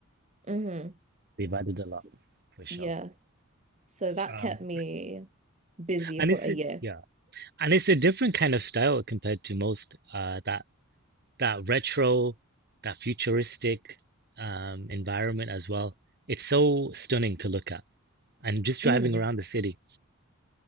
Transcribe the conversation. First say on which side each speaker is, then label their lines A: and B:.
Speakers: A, on the right; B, on the right.
A: Mm-hmm.
B: <laughs> They've added a lot,
A: S
B: for sure.
A: yes. So that
B: Um,
A: kept me busy
B: and
A: for
B: it's
A: a
B: a,
A: year.
B: yeah, and it's a different kind of style compared to most. Uh, that that retro, that futuristic, um, environment as well. It's so stunning to look at, and just driving
A: Mm.
B: around the city.